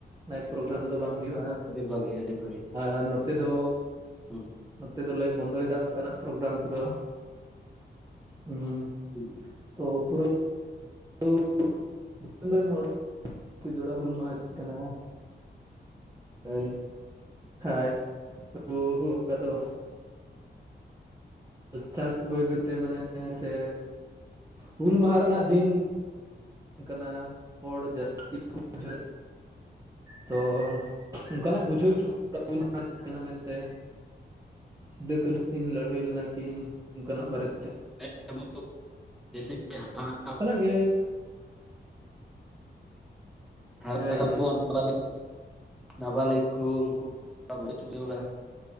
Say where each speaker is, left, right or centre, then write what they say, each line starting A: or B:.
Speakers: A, on the right; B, in the centre.
A: ᱱᱟᱭᱤᱴ ᱯᱨᱳᱜᱨᱟᱢ ᱫᱚ ᱵᱟᱝ ᱦᱩᱭᱩᱜᱼᱟ᱾
B: ᱵᱷᱟᱹᱜᱮ ᱟᱹᱰᱤ <unintelligible>
A: ᱟᱨ ᱱᱚᱛᱮ ᱫᱚ
B: ᱦᱩᱸ
A: ᱱᱚᱛᱮ ᱫᱚᱞᱮ ᱵᱚᱱᱫᱚᱭᱮᱫᱟ ᱚᱱᱠᱟᱱᱟᱜ ᱯᱨᱳᱜᱨᱟᱢ ᱠᱚᱫᱚ ᱦᱩᱸ᱾
B: <unintelligible>
A: ᱛᱚ ᱯᱩᱨᱟᱹ ᱛᱳ ᱫᱤᱥᱚᱢ ᱨᱮᱱ ᱦᱚᱲ ᱠᱚ ᱡᱚᱲᱟ ᱦᱩᱞ ᱢᱟᱦᱟ ᱠᱟᱱᱟ ᱦᱭ <unintelligible> ᱠᱷᱟᱱᱡ <unintelligible> ᱠᱟᱫᱚ ᱞᱟᱠᱪᱟᱨ ᱵᱟᱹᱭ ᱵᱟᱹᱭᱛᱮ ᱢᱟᱱᱮ ᱥᱮ ᱦᱩᱞ ᱢᱟᱦᱟ ᱨᱮᱱᱟᱜ ᱫᱤᱱ ᱠᱟᱱᱟ ᱦᱚᱲ ᱡᱟᱹᱥᱛᱤ ᱠᱚ ᱵᱩᱡᱷᱣᱟ, ᱛᱚ ᱚᱱᱠᱟᱱᱟᱜ ᱵᱩᱡᱷᱟᱹᱣ ᱦᱚᱪᱚ <unintelligible> ᱠᱟᱱᱟ ᱢᱮᱱᱛᱮ ᱥᱤᱫᱩ ᱠᱟᱹᱱᱦᱩ ᱠᱤᱱ ᱞᱟᱹᱲᱦᱟᱹᱭ ᱞᱮᱱᱟ ᱠᱤᱱ ᱚᱱᱠᱟᱱᱟᱜ ᱵᱟᱨᱮᱛᱮ
B: <unintelligible>
A: ᱚᱱᱟᱜ ᱜᱮ
B: <unintelligible>
A: ᱦᱳᱭ ᱦᱳᱭ
B: ᱱᱟᱵᱟᱟᱞ ᱠᱚ <unintelligible> ᱩᱱᱠᱩᱟᱹᱲᱟ